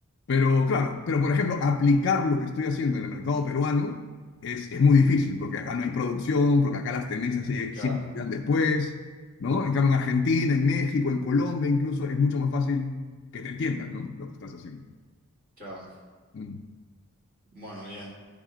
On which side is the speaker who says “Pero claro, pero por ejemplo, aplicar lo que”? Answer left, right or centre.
Left